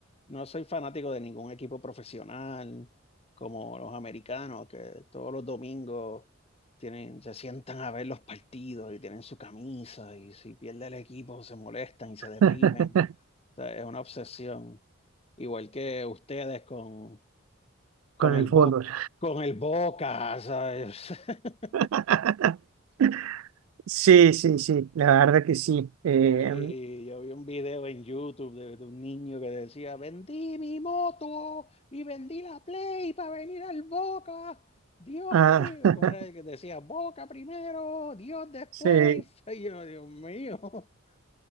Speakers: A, on the left; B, on the right.
A: no soy fanático de ningún equipo profesional como los americanos, que todos los domingos tienen, se sientan a ver los partidos y tienen su camisa y si pierde el equipo se molestan y se
B: <laughs>
A: deprimen. O sea, es una obsesión. Igual que ustedes con, con
B: con el
A: el
B: fútbol.
A: Bo- con el Boca, ¿sabes? <laughs>
B: <laughs> Sí, sí, sí, la verdad que sí. Eh,
A: Yo vi, yo vi un video en YouTube de, de un niño que decía, vendí mi moto y vendí la Play para venir al Boca. Dios
B: ah,
A: primero,
B: <laughs>
A: ¿cómo era el que decía? Boca primero, Dios después.
B: sí,
A: <laughs> Y yo, Dios mío. <laughs>